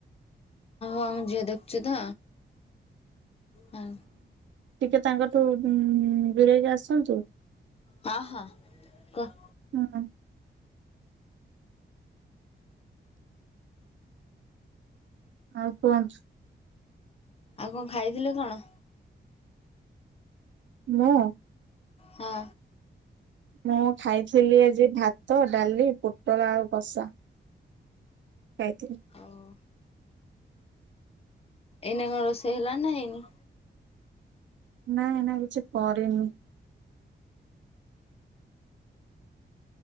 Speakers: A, on the left; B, on the right.
A: ହଁ ଝିଅ ଦେଖୁଚିତ ହଁ।
B: ଟିକେ ତାଙ୍କଠୁ ଉଁ ଉଁ ଉଁ ଦୁରେଇକି ଆସନ୍ତୁ।
A: ହଁ ହଁ କୁହ?
B: ହୁଁ ଆଉ କୁହନ୍ତୁ?
A: ଆଉ କଣ ଖାଇଥିଲେ କଣ?
B: ମୁଁ?
A: ହଁ।
B: ମୁଁ ଖାଇଥିଲି ଆଜି ଭାତ, ଡ଼ାଲି, ପୋଟଳ ଆଳୁ କଷା। ଖାଇଥିଲି।
A: ହଉ ଏଇନେ କଣ ରୋଷେଇ ହେଲାଣି ନା ହେଇନି?
B: ନାଁ ଏଇନା କିଛି କରିନି।